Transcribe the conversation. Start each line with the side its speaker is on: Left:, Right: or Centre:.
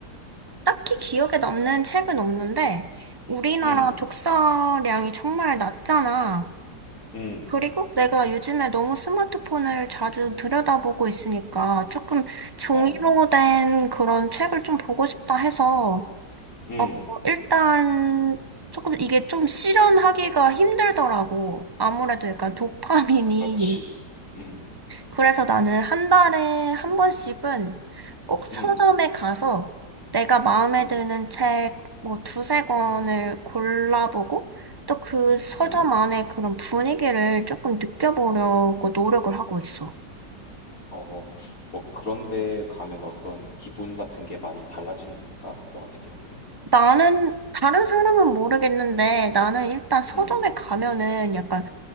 Right: 딱히 기억에 남는 책은 없는데 우리나라
Left: 음,
Right: 독서량이 정말 낮잖아.
Left: 음,
Right: 그리고 내가 요즘에 너무 스마트폰을 자주 들여다보고 있으니까 조금 종이로
Left: 어,
Right: 된 그런 책을 좀 보고 싶다 해서,
Left: 음,
Right: 어, 일단 조금 이게 좀 실현하기가 힘들더라고. 아무래도 약간
Left: 음,
Right: 도파민이
Left: 그렇지. 음,
Right: 그래서 나는 한 달에 한 번씩은 꼭 서점에
Left: 음,
Right: 가서 내가 마음에
Left: 음,
Right: 드는 책 뭐 두세 권을 골라보고 또 그 서점
Left: 음.
Right: 안에 그런 분위기를 조금 느껴보려고 노력을 하고 있어.
Left: 어, 뭐 그런데 가면 어떤 기분 같은 게 많이 달라지는 건가? 너 같은 경우엔?
Right: 나는 다른 사람은 모르겠는데 나는 일단 서점에
Left: 음.
Right: 가면은 약간